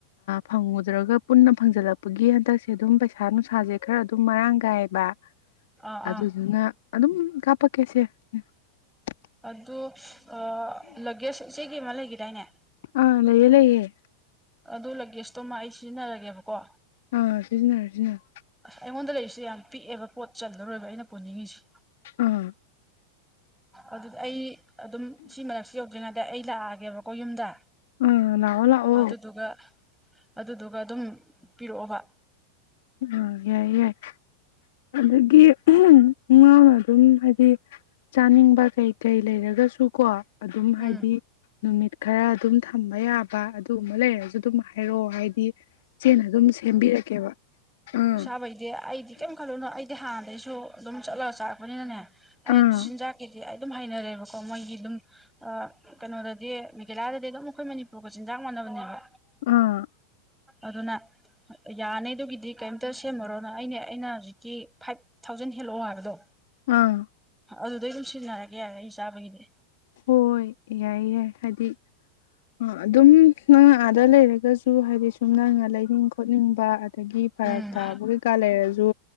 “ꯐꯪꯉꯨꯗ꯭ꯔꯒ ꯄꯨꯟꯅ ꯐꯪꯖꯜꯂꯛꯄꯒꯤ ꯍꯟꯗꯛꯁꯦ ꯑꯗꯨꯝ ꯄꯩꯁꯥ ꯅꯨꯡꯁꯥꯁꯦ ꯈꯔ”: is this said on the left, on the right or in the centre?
Left